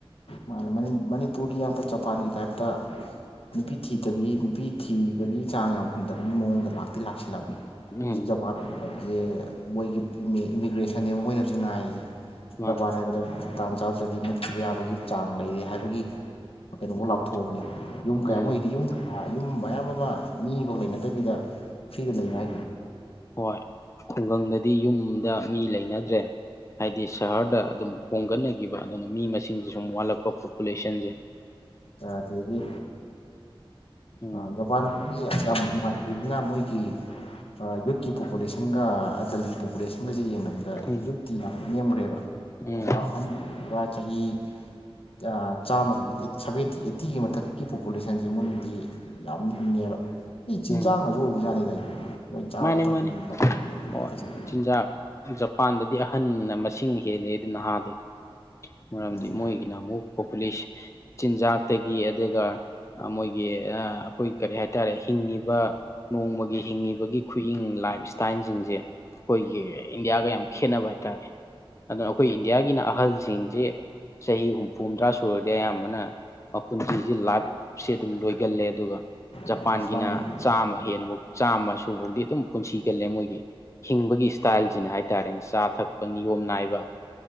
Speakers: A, on the left (about 80°); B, on the left (about 30°).
A: ꯃꯥꯅꯤ ꯃꯅꯤꯄꯨꯔꯒꯤ ꯌꯥꯝꯕ ꯖꯄꯥꯟꯒꯤ ꯇꯥꯏꯞꯇ ꯅꯨꯄꯤ ꯊꯤꯗꯕꯤ ꯅꯨꯄꯤ ꯊꯤꯕꯒꯤ ꯆꯥꯡ ꯌꯥꯝ ꯍꯟꯗꯕꯒꯤ ꯃꯑꯣꯡꯗ ꯂꯥꯛꯇꯤ ꯂꯥꯛꯁꯤꯜꯂꯕꯅꯤ
B: ꯎꯝ
A: ꯍꯧꯖꯤꯛ ꯖꯄꯥꯟ ꯍꯥꯢꯗꯤ ꯃꯣꯏꯒꯤ ꯏꯃꯤꯒ꯭ꯔꯦꯁꯟꯅꯦꯕ ꯃꯣꯏꯅ ꯍꯧꯖꯤꯛ ꯉꯥꯏꯔꯤꯖꯦ
B: ꯃꯥꯅꯦ
A: ꯖꯥꯄꯥꯟ ꯍꯥꯏꯕꯗ ꯇꯥꯟ ꯆꯥꯗ꯭ꯔꯗꯤ ꯃꯨꯠꯈꯤꯕ ꯌꯥꯕꯒꯤ ꯆꯥꯡ ꯂꯩꯔꯦ ꯍꯥꯏꯕꯒꯤ ꯀꯩꯅꯣ ꯕꯥꯎ
B: ꯎꯝ
A: ꯂꯥꯎꯊꯣꯛꯑꯕꯅꯦ ꯌꯨꯝ ꯀꯌꯥ
B: ꯎꯝ
A: ꯃꯣꯏꯒꯤꯗꯤ ꯌꯨꯝ ꯌꯨꯝ ꯃꯌꯥꯝ ꯑꯃꯥ ꯃꯤꯕꯥꯎ ꯂꯩꯅꯗꯕꯤꯗ ꯐ꯭ꯔꯤꯗ ꯂꯩ ꯍꯥꯏꯗꯣ
B: ꯍꯣꯏ ꯈꯨꯡꯒꯪꯗꯗꯤ ꯌꯨꯝꯗ ꯃꯤ ꯂꯩꯅꯗ꯭ꯔꯦ ꯍꯥꯏꯗꯤ ꯁꯍꯔꯗ ꯑꯗꯨꯝ ꯍꯣꯡꯒꯠꯅꯒꯤꯕ ꯑꯗꯨꯅ ꯃꯤ ꯃꯁꯤꯡꯖꯦ ꯁꯨꯝ ꯋꯥꯠꯂꯛꯄ ꯄꯣꯄꯨꯂꯦꯁꯟꯖꯦ
A: ꯑꯗꯒꯤ
B: ꯎꯝ
A: ꯑꯥ ꯖꯄꯥꯟ ꯌꯥꯝ ꯅꯨꯡꯉꯥꯏꯇ꯭ꯔꯤꯖꯤꯅ ꯃꯣꯏꯒꯤ ꯌꯨꯠꯀꯤ ꯄꯣꯄꯨꯂꯦꯁꯟꯒ ꯑꯥꯗꯜꯒꯤ ꯄꯣꯄꯨꯂꯦꯁꯟꯒꯁꯦ ꯌꯦꯡꯅꯕꯗ ꯑꯗ
B: ꯎꯝ
A: ꯌꯨꯠꯇꯤ ꯌꯥꯝ ꯅꯦꯝꯒ꯭ꯔꯦꯕ
B: ꯎꯝ
A: ꯑꯥ ꯍꯟ ꯆꯍꯤ ꯑꯥꯆꯥꯝꯃꯒꯤ ꯑꯦꯠ ꯁꯚꯦꯟꯇꯤ ꯑꯦꯠꯇꯤꯒꯤ ꯃꯊꯛꯀꯤ ꯄꯣꯄꯨꯂꯦꯁꯟꯖꯦ ꯃꯣꯏꯅꯗꯤ ꯌꯥꯝ ꯅꯦꯝꯃꯤꯅꯦꯕ ꯁꯤ ꯆꯤꯟꯖꯥꯛꯅꯖꯨ
B: ꯎꯝ
A: ꯑꯣꯏꯕ ꯖꯥꯠꯅꯤꯗ ꯑꯩ ꯃꯣꯏ ꯆꯥꯕ
B: ꯃꯥꯅꯦ
A: ꯊꯛꯄꯒꯤ
B: ꯃꯥꯅꯦ
A: ꯃꯑꯣꯡ
B: ꯍꯣꯏ
A: ꯐꯖꯩ
B: ꯆꯤꯟꯖꯥꯛ ꯖꯄꯥꯟꯗꯗꯤ ꯑꯍꯟꯅ ꯃꯁꯤꯡ ꯍꯦꯜꯂꯦ ꯑꯗꯨ ꯅꯍꯥꯗꯒꯤ ꯃꯔꯝꯗꯤ
A: ꯎꯝ
B: ꯃꯣꯏꯒꯤꯅ ꯑꯃꯨꯛ ꯄꯣꯄꯨꯂꯦꯁꯟ ꯆꯤꯟꯖꯥꯛꯇꯒꯤ ꯑꯗꯨꯒ ꯑꯥ ꯃꯣꯏꯒꯤ ꯑꯥ ꯑꯥꯈꯣꯏ ꯀꯔꯤ ꯍꯥꯏꯇꯥꯔꯦ ꯍꯤꯡꯉꯤꯕ ꯅꯣꯡꯃꯒꯤ ꯍꯤꯡꯉꯤꯕꯒꯤ ꯈꯨꯍꯤꯡ ꯂꯥꯏꯞ ꯏꯁꯇꯥꯏꯟ ꯖꯤꯡꯖꯦ ꯑꯥꯈꯣꯏꯒꯤ ꯏꯟꯗꯤꯌꯥꯒ ꯌꯥꯝ ꯈꯦꯠꯅꯕ ꯍꯥꯏꯇꯥꯔꯦ ꯑꯗꯨꯅ ꯑꯥꯈꯣꯏ ꯏꯟꯗꯤꯌꯥꯒꯤꯅ ꯑꯍꯜꯁꯤꯡꯖꯦ ꯆꯍꯤ ꯍꯨꯝꯐꯨ ꯍꯨꯝꯗ꯭ꯔꯥ ꯁꯨꯔꯗꯤ ꯑꯌꯥꯝꯕꯅ ꯃꯄꯨꯟꯁꯤꯖꯦ ꯂꯥꯏꯕ ꯁꯦ ꯑꯗꯨꯝ ꯂꯣꯏꯒꯜꯂꯦ ꯑꯗꯨꯒ ꯖꯄꯥꯟꯒꯤꯅ
A: ꯑꯩꯈꯣꯏꯒꯤ
B: ꯆꯥꯝꯃ ꯍꯦꯟꯕꯧ ꯆꯥꯝꯃ ꯁꯨꯕꯧꯗꯤ ꯑꯗꯨꯝ ꯄꯨꯟꯁꯤ ꯒꯜꯂꯦ ꯃꯣꯏꯒꯤ ꯍꯤꯡꯕꯒꯤ ꯏꯁꯇꯥꯏꯖꯤꯅ ꯍꯥꯏꯇꯥꯔꯦꯅꯦ ꯆꯥ ꯊꯛꯄ ꯅꯤꯌꯣꯝ ꯅꯥꯏꯕ